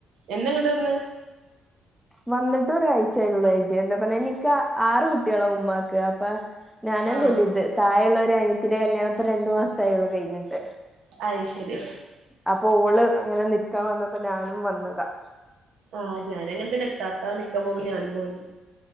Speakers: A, on the right; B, in the centre.
A: എന്നാങ്ങട്ട് വന്ന്?
B: വന്ന്ട്ട് ഒരാഴ്ചയൊള്ളു അയിറ്റ് എന്താ പർഞ്ഞ എനിക്ക ആറ് കുട്ട്യേള ഉമ്മാക്ക് അപ്പ ഞാന്
A: ആഹ്
B: വെല്ത് തായള്ളൊരനിയത്തിന്റെ കല്യാണം ഇപ്പ രണ്ടു മാസായൊള്ളൂ കഴിഞ്ഞിട്ട്.
A: അയ് ശരി
B: അപ്പൊള് അങ്ങനെ നിക്കാ വന്നപ്പോ ഞാനും വന്നതാ.
A: ആഹ് ഞാനു അങ്ങൻ തെന്നെ ഇത്താത്ത നിക്ക പോവുമ്പോ ഞാനും പോയത്.